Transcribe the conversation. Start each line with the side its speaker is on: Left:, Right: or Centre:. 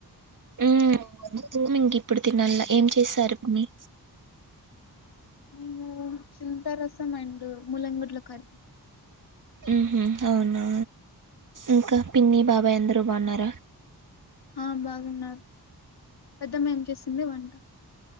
Right: ఊ <unintelligible> ఇంక ఇప్పుడు తిన్నల్ల ఏం చేసారు పిన్ని
Left: మేమూ చింత రసం అండ్ ముల్లంగడ్ల కర్రీ
Right: ఉహు అవునా ఇంకా పిన్ని బాబయ్ అందరు బన్నార
Left: ఆ బాగున్నారు పెద్దమ్మ ఏం చేసింది వంట